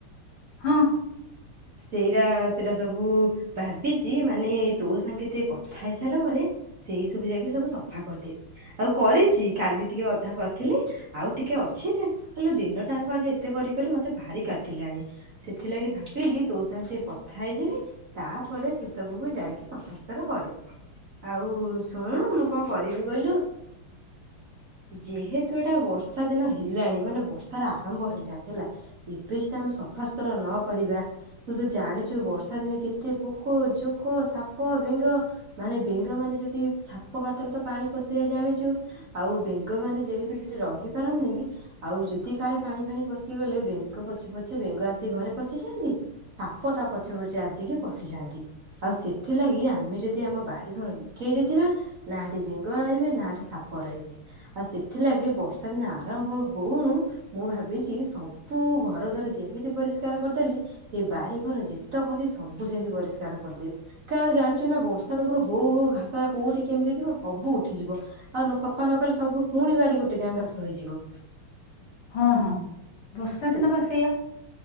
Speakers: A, on the left (about 75°); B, on the right (about 50°).
A: ହଁ।
B: ସେଇରା ସେଇଟା ସବୁ ଭାବି ଚି ମାନେ ତୋ ସାଙ୍ଗେ ଟିକେ କଥା ହେଇସାରିଲା ପରେ ସେଇ ସବୁ ଯାଇକି ସବୁ ସଫା କରିଦେବି। ଆଉ କରିଛି କାଲି ଟିକେ ଅଧା କରିଥିଲି। ଆଉ ଟିକେ ଅଛି ଯେ ହେଲେ ଦିନ ଟାଙ୍କ ଆଜି ଏତେ କରି କରି ମତେ ଭାରି କାଟିଲାଣି। ସେଥିଲାଗି ଭାବିଲି ତୋ ସାଙ୍ଗେ ଟିକେ କଥା ହେଇଯିବି ତାପରେ ସେ ସ ସବୁକୁ ଯାଇକି ସଫାସୁତର କରିବି। ଆଉ ଶୁଣୁନୁ ମୁଁ କଣ କରିବି କହିଲୁ? ଯେହେତୁ ଏଟା ବର୍ଷା ଦିନ ହେଲାଣି ମାନେ ବର୍ଷାର ଆରମ୍ଭ ହେଲାଣି ହେଲା। ଏବେ ଯଦି ଆମେ ସଫାଶୁତର ନ କରିବା ତୁ ତ ଜାଣିଛୁ ଏ ବର୍ଷା ଦିନେ କେତେ ପୋକୋ ଜୋ କୋ ସାପ ବେଙ୍ଗ ମାନେ ବେଙ୍ଗ ମାନେ ଯଦି ସାପ ଗାତରେ ତ ପାଣି ପଶିଯାଏ ଜାଣିଚୁ। ଆଉ ବେଙ୍ଗ ମାନେ ଯେହେତୁ ସେଠି ରହିପାରନ୍ତିନି ଆଉ ଯଦି କାଳେ ପାଣି ଫାଣି ପଶିଗଲେ ବେଙ୍ଗ ପଛେ ପଛେ ବେଙ୍ଗ ଆସିିକି ଘରେ ପଶିଯାଆନ୍ତି। ସାପ ତା ପଛେ ପଛେ ଆସିକି ପଶିଯାଆନ୍ତି। ଆଉ ସେଥିଲାଗି ଆମେ ଯଦି ଆମ ବାରିଘର ନିକେଇ ଦେଇଥିବା ନା ହେଠି ବେଙ୍ଗ ରହିବେ ନା ହେଠି ସାପ ରହିବେ। ଆଉ ସେଥିଲାଗି ବର୍ଷା ଦିନ ଆରମ୍ଭ ହଉଣୁ ମୁଁ ଭାବିଛି ସବୁ ଘର ଦ୍ଵାରା ଯେମିତି ପରିଷ୍କାର କରିଦେଲି ଏଇ ବାରିଘର ଯେତେକ ଅଛି ସବୁ ସେମିତି ପରିଷ୍କାର କରିଦେବି କାରଣ ଜାଣିଛୁ ନା ବର୍ଷା ଦେଖୁନୁ ହୋଉ ହୋଉ ଘାସଟା କୋଉଠି କେମିତି ଥିବ ସବୁ ଉଠିଯିବ। ଆଉ ନ ସଫା ନ କଲେ ସବୁ ପୁଣିି ବାରିପଟେ କାଁ ଘାସ ହେଇଯିବ।
A: ହଁ-ହଁ ବର୍ଷାଦିନ
B: ସେ-
A: ପା ସେଇଆ।